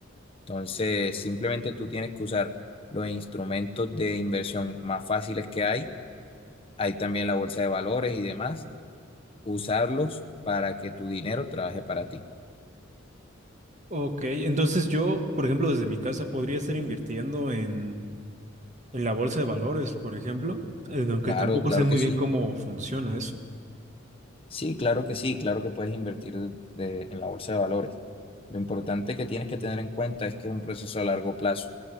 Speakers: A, on the left; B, on the right.
A: Entonces, simplemente tú tienes que usar los instrumentos de inversión más fáciles que hay. Hay también la bolsa de valores y demás usarlos para que tu dinero trabaje para ti.
B: Ok, entonces yo, por ejemplo, desde mi casa podría estar invirtiendo en, en la bolsa de valores, por ejemplo, eh, aunque
A: Claro,
B: tampoco
A: claro
B: sé muy
A: que sí.
B: bien cómo funciona eso.
A: Sí, claro que sí, claro que puedes invertir de- en la bolsa de valores. Lo importante que tienes que tener en cuenta es que es un proceso a largo plazo.